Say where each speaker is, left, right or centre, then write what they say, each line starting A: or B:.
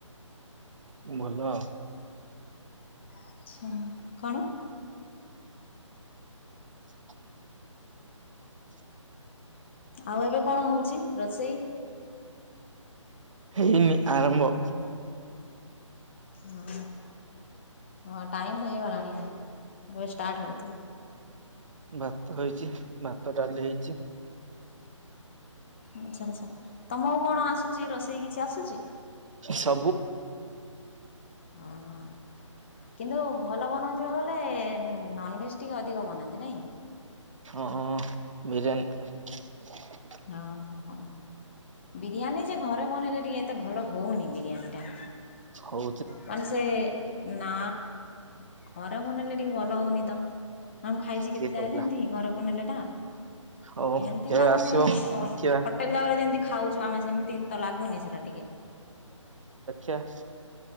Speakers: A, on the right; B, on the left.
A: ଭଲ ଆଉ।
B: ଆଚ୍ଛା କଣ?
A: <inaudible>
B: ଆଉ ଏବେ କଣ ହଉଛି ରୋଷେଇ?
A: ହେଇନି ଆରମ୍ଭ।
B: ହଁ ହଁ ଟାଇମ ତ ହଇ ଗଲାଣି। ଏବେ ଷ୍ଟାର୍ଟ ହଉଥିବ।
A: ଭାତ ହେଇଛି ଭାତ ଡାଲି ହେଇଛି
B: ଆଚ୍ଛା ଆଚ୍ଛା ତମକୁ କଣ ଆସୁଛି ରୋଷେଇ କିଛି ଆସୁଛି।
A: ସବୁ
B: ହଁ ହଁ। କିନ୍ତୁ ଭଲ ବନଉଥିବା ବେଲେ ନନଭେଜ ଟିକେ ଅଧିକ ବନାନ୍ତି ନାଇଁ।
A: ହଁ ହଁ ବିରିୟାନୀ।
B: ଓ ହୋ ହୋ ବିରିୟାନୀ ଯେ ଘରେ ବନେଇଲେ ଟିକେ ଏତେ ଭଲ ହଉନି ବିରିୟାନୀ ଟା।
A: ହଉ।
B: ମାନେ ସେ ନା ଘରେ ବନେଇଲେ ଟିକେ ଭଲ ହଉନି ତ। ନା ମୁଁ ଖାଇଛି କେତେ
A: କିଏ କହିଲା
B: ଜାଗା ଯେମିତି ଘରେ ବନେଇଲେ ଟା
A: ହଉ
B: ହେମତି
A: କେବେ
B: ଲାଗୁନି।
A: ଆସିବ
B: ଓ
A: ଦେଖିବା
B: ହୋଟେଲ ଜାଗାରେ ଯେମତି ଖାଉଛୁ ଆମେ ସେମିତି ତ ଲାଗୁନି ସେଇଟା ଟିକେ।
A: କା